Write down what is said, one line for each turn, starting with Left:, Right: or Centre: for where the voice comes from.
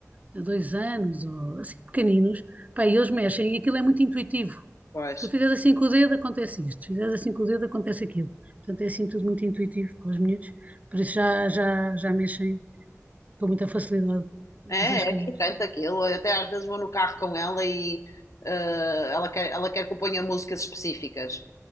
Right: de dois anos, ou assim pequeninos, pá, e eles mexem e aquilo é muito intuitivo.
Left: Pois.
Right: Se tu fizeres assim com o dedo, acontece isto. Se fizeres assim com o dedo, acontece aquilo. Portanto, é assim tudo muito intuitivo para os miúdos, por isso já, já, já mexem com muita facilidade nessas
Left: É,
Right: coisas.
Left: é excitante aquilo. Eu até às vezes vou no carro com ela e eh, ela quer, ela quer que eu ponha músicas específicas.